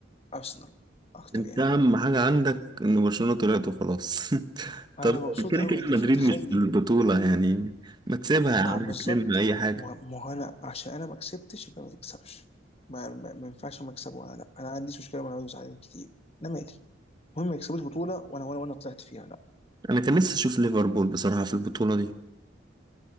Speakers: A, on the left; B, on the right.
A: ارسنال اكتر
B: انت
A: يعني
B: اهم حاجه عندك ان برشلونه طلعت وخلاص <laughs>
A: انا
B: طب
A: مبسوط
B: كده
A: قوي
B: كده
A: انت مش
B: مدريد
A: متخيل
B: مش في البطوله يعني ما تسيبها يا
A: ما
B: عم
A: هو بالظبط
B: تلم اي حاجه
A: ما ما هو انا عشان انا ما كسبتش يبقى ما تكسبش ما, ما, ما ينفعش ما اكسب وانا لا انا ما عنديش مشكله وانا اقعد زعلان كتير انا مالي المهم ما يكسبوش بطوله وانا وانا وانا طلعت فيها لا
B: انا كان نفسي اشوف ليفربول بصراحه في البطوله دي